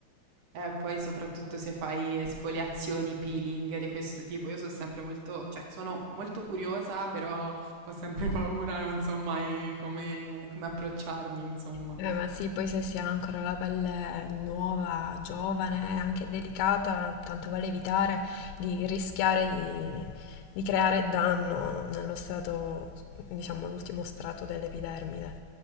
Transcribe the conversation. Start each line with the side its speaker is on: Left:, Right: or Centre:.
Right: Eh, poi soprattutto se fai esfoliazioni, peeling di questo tipo, io sono sempre molto, cioè sono molto curiosa, però ho sempre paura, non so mai come, come approcciarmi, insomma.
Left: Eh, ma sì, poi se si ha ancora la pelle nuova, giovane e anche delicata, tanto vale evitare di rischiare di, di creare danno nello strato, diciamo, l'ultimo strato dell'epidermide.